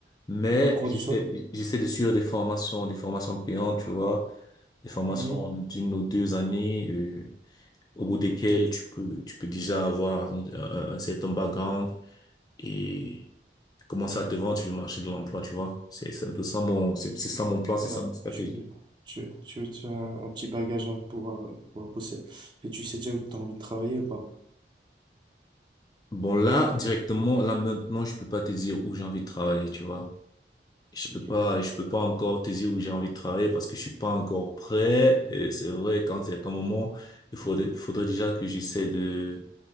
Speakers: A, on the left (about 20°); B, on the right (about 25°).
A: mais
B: Ou Au cours
A: j'essaie
B: du soir?
A: j'essaie de suivre des formations, des formations payantes, tu vois, des formations
B: Hmm.
A: d'une ou deux années, euh, au bout desquelles tu peux tu peux déjà avoir un, un- un certain background et commencer à te vendre sur le marché de l'emploi, tu vois. C'est c'est un peu ça mon c'est c'est ça mon plan, c'est
B: Voilà,
A: ça ma stratégie.
B: tu veux, tu, veux tu veux te faire un, un petit bagage hein, pour, euh, pour bosser. Et tu sais déjà où tu as envie de travailler ou pas?
A: Bon là directement là maintenant je peux pas te dire où j'ai envie de travailler, tu vois. Je
B: Ok.
A: peux pas, je peux pas encore te dire où j'ai envie de travailler parce que je suis pas encore prêt. Et c'est vrai, quand c'est un moment, il faudrait, faudrait déjà que j'essaie de,